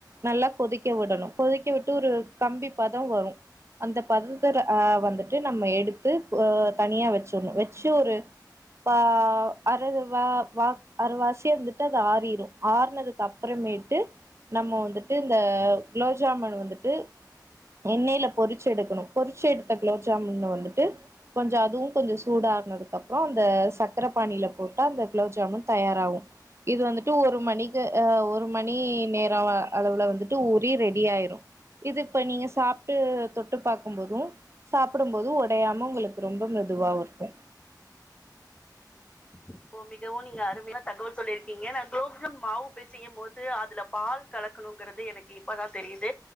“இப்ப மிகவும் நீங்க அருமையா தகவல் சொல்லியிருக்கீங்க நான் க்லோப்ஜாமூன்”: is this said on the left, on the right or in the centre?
Left